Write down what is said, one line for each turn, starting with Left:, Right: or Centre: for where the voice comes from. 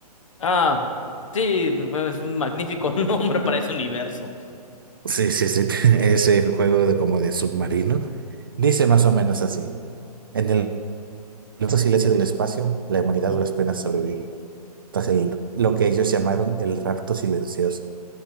Left: Ah, sí, pues, es un magnífico <laughs> nombre para ese universo.
Right: Sí, sí, sí, <laughs> ese juego de como de submarino. Dice más o menos así. En el inmenso silencio del espacio, la humanidad
Left: Mm,
Right: a duras penas sobrevive. Tras el, lo que ellos llamaron el rapto silencioso.